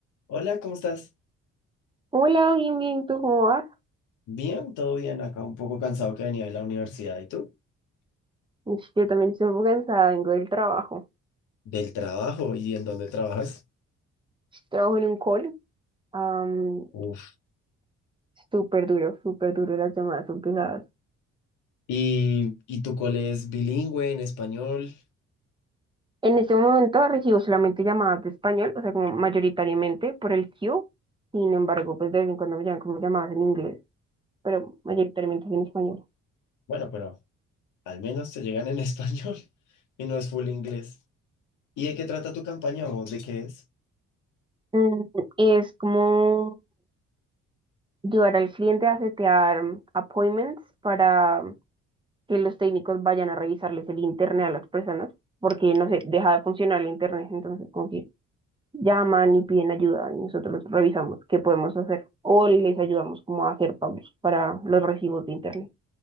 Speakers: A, on the left (about 80°); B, on the right (about 15°).
A: Hola, ¿cómo estás?
B: Hola, bien, bien, ¿tú cómo vas?
A: Bien, todo bien acá, un poco cansado que venía de la universidad. ¿Y tú?
B: Ush, Yo también estoy un poco cansada, vengo del trabajo.
A: Del trabajo y en dónde trabajas.
B: Trabajo en un call, am,
A: Uf.
B: súper duro, súper duro, las llamadas son pesadas.
A: ¿Y, y tu cole es bilingüe en español?
B: En este momento recibo solamente llamadas de español, o sea, como mayoritariamente por el queue. Sin embargo, pues de vez en cuando me llegan como llamadas en inglés, pero mayoritariamente es en español.
A: Bueno, pero al menos te llegan en <laughs> español y no es full inglés. ¿Y de qué trata tu campaña o de qué es?
B: Mm, Es como ayudar al cliente a setear mm, appointments para que los técnicos vayan a revisarles el internet a las personas, porque no sé, deja de funcionar el internet, entonces como que llaman y piden ayuda y nosotros los revisamos qué podemos hacer o les ayudamos como a hacer pagos para los recibos de internet.